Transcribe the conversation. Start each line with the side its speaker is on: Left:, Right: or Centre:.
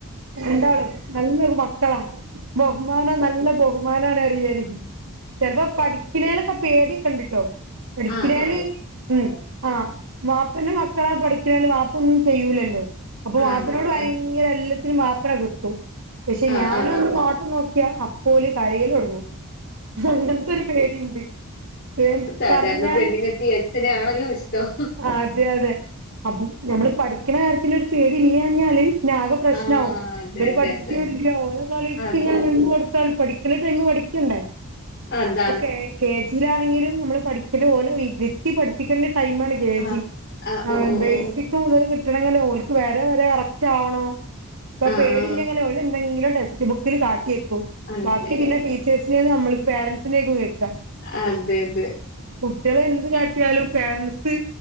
Right: രണ്ടാളും നല്ലൊരു മക്കളാ ബഹുമാനം നല്ല ബഹു ബഹുമാനണെ അറിയേൽ ചിലപ്പോ പഠിക്കുന്നാലൊക്കെ പേടി ക്ണ്ട്ട്ടോ പഠിക്കണേല്
Left: ആണാണ്.
Right: ഉ ആഹ് വപ്പന്റെ മക്കളാ പഠിക്കുന്നല് വപ്പ ഒന്നും ചെയ്യൂലല്ലോ അപ്പൊ മാപ്പനയോട്
Left: ആണ്.
Right: ഭയങ്കര
Left: ആ.
Right: എല്ലാത്തിനും വപ്പന കിട്ടും പക്ഷെ
Left: ആ,
Right: ഞാന്
Left: ആ,
Right: ഒന്ന്
Left: ആ.
Right: നോട്ട് നോക്കിയാ അപ്പോലും കരയല് തുടങ്ങും. അങ്ങനത്തെരു പേടിണ്ട് പി
Left: സാധാരണ
Right: പറഞ്ഞാല്
Left: പെണ്ണുങ്ങൾക്ക് ഈ അച്ഛനെ ആണല്ലോ ഇഷ്ടം.
Right: ആഹ് അതെ അതെ അപ്പം ഞമ്മള് പഠിക്കുന്ന കാര്യത്തിൽ ഒരു പേടി ഇല്ലാഞ്ഞാല് ആക പ്രശ്നമാവും
Left: ആ. അതെ,
Right: ഇവര്
Left: അതെ,
Right: പഠിക്ക
Left: അതെ.
Right: ഇല്ല ഓരോ കളിക്ക്
Left: അതെ.
Right: ഇങ്ങനെ നിന്ന് കൊടുത്താൽ പഠിക്കണ ടൈമ് പഠിക്കണ്ടേ
Left: അതാണ്.
Right: ഓക്കെ ഇവിടാണെങ്കിലും നമ്മള് പഠിക്കുന്ന പോലെ വീട്ടി ഇരുത്തി പഠിപ്പിക്കേണ്ട ടൈം ആണെങ്കി
Left: ആ.
Right: ജി
Left: ആ. ഓ, ഓ,
Right: ബേസിക്
Left: ഓ.
Right: മുതൽ കിട്ടണമെങ്കിൽ ഓക്ക് വരെ വരെ കറക്റ്റ് ആവണോ അപ്പൊ
Left: ആ,
Right: പേടില്ലെങ്കില്
Left: ആ.
Right: ഓല് എന്തെങ്കിലും ടെക്സ്റ്റ് ബുക്കിൽ കാട്ടിയെക്കു
Left: അങ്ങനെങ്ങനെ.
Right: ബാക്കി പിന്നെ ടീ ടച്ചേഴസിനേ നമ്മൾ പെരൻറ്സിനക്കും കേൾക്കാം
Left: അതെത്
Right: കുട്ടികളെ എന്ത് കാട്ടിയാലും പേരന്റ്സ്